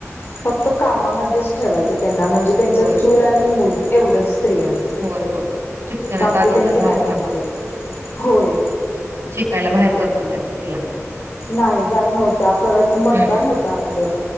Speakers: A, on the left; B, on the right.
A: फक्त कामामध्ये ठेवायचें त्यांना म्हणजे त्यांच
B: होय
A: चूल आणि मूल एवढंच स्त्रियांच
B: होय होय शिक्षणाचा
A: बाकी
B: अधिकार
A: त्यांच
B: नव्हता
A: काय नव्हत होय.
B: शिकायला बाहेर जात नव्हत्या स्रिया
A: नाही जात नव्हत्या परत मतदान
B: हम्म
A: होत आपलं